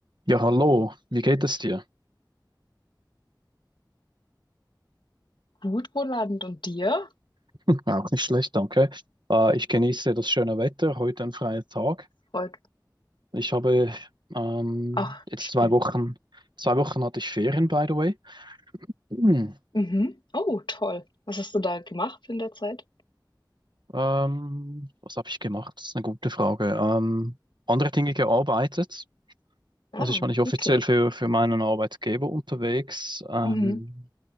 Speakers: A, on the right (about 75°); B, on the left (about 80°).
A: Ja, hallo, wie geht es dir?
B: Gut, Roland, und dir?
A: <laughs> Auch nicht schlecht, danke. Äh, ich genieße das schöne Wetter, heute ein freier Tag.
B: Freut.
A: Ich habe ähm,
B: Ach,
A: jetzt
B: schön.
A: zwei Wochen, zwei Wochen hatte ich Ferien, by the way. Hm,
B: Mhm. Oh, toll. Was hast du da gemacht in der Zeit?
A: ähm, was habe ich gemacht? Das ist eine gute Frage. Ähm, andere Dinge gearbeitet.
B: Ah,
A: Also ich war nicht offiziell
B: okay.
A: für, für meinen Arbeitgeber unterwegs. Ähm,
B: Mhm.